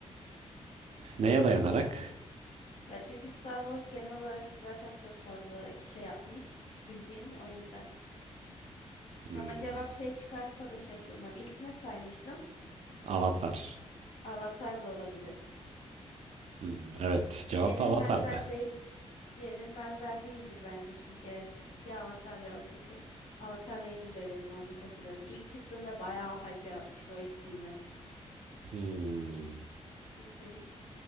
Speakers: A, on the right; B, on the left.
A: Neye dayanarak?
B: Ya çünkü Star Wars genel olarak zaten çok fazla şey yapmış bir film o yüzden.
A: Hmm.
B: Ama cevap şey çıkarsa da şaşırmam. İlk ne saymıştın?
A: Avatar.
B: Avatar da olabilir.
A: Hmm, evet, cevap
B: Yenilmezler
A: Avatar'dı.
B: değil. Yenilmezler değildir bence çünkü evet. Ya Avatar ya o çünkü Avatar'la ilgili de öyle bir muhabbet hatırladım. İlk çıktığında bayağı hype yaratmıştı o ilk filmi.
A: Hmm.
B: Hı hı.